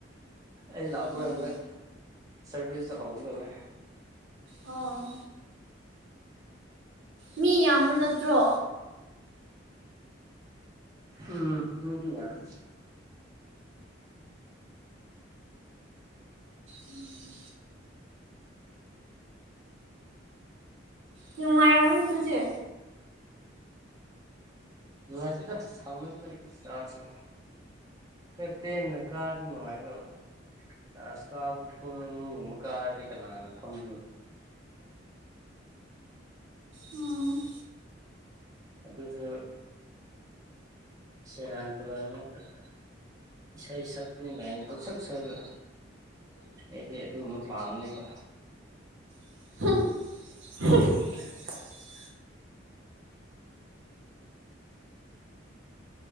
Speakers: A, on the right (about 20°); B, on the right (about 80°).
A: ꯑꯩ ꯂꯥꯛꯄ
B: ꯎꯝ
A: ꯀꯥꯟꯗ ꯁꯔꯚꯤꯁꯇꯣ ꯍꯧꯒꯗꯧꯔꯦ
B: ꯑꯣ ꯃꯤ ꯌꯥꯝꯕ ꯅꯠꯇ꯭ꯔꯣ
A: ꯎꯝ ꯃꯤꯗꯤ ꯌꯥꯝꯃꯦ
B: ꯎꯝ ꯅꯨꯡꯉꯥꯏꯔꯝꯅꯤ ꯗꯨꯗꯤ
A: ꯅꯨꯡꯉꯥꯏꯇꯦꯗ ꯁꯥꯡꯃꯟꯕꯒꯤ ꯆꯔꯁꯁꯨ ꯈꯔ ꯇꯦꯟꯅ ꯀꯥꯔꯗꯤ ꯅꯨꯡꯉꯥꯏꯗꯣꯕ ꯆꯔꯁ ꯀꯥꯕꯨ ꯄꯨꯡ ꯑꯅꯤꯒꯨꯝꯕ ꯀꯥꯔꯗꯤ ꯀꯅꯥꯅ ꯐꯝꯗꯨꯅꯣ
B: ꯎꯝ
A: ꯑꯗꯨꯖꯨ ꯁꯦꯔꯥꯟ ꯇꯨꯔꯥꯟ ꯉꯛꯇ ꯏꯁꯩ ꯁꯛꯄꯅꯤꯒꯥꯏꯅ ꯄꯪꯁꯛ ꯁꯛꯑꯒ ꯑꯩꯗꯤ ꯑꯗꯨꯒꯨꯝꯕ ꯄꯥꯝꯅꯦꯕ
B: <unintelligible>